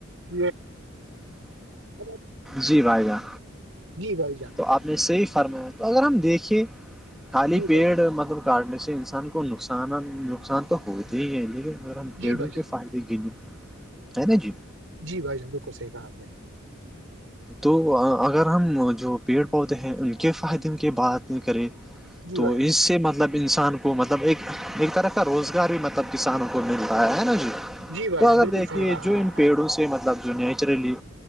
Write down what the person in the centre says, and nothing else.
جی بھائی جہ
تو آپ نے سے ہی فرمایا تو اگر ہم دیکھیں خالی
پیڑ
مطلب کاٹنے سے انسان کو نقصانات نقصان تو ہوتے ہی ہیں لیکن اگر ہم پیڑوں
کے فائدے گنے ہے نا جی
تو اگر ہم جو پیڑ پودے ہیں ان کے فائدے کی بات کریں
تو
اس سے مطلب انسان کو مطلب ایک ایک طرح کا روزگار بھی مطلب کسانوں کو ملتا ہے نا جی
تو اگر
دیکھیے
جو
پیڑوں سے مطلب جو نیچرلی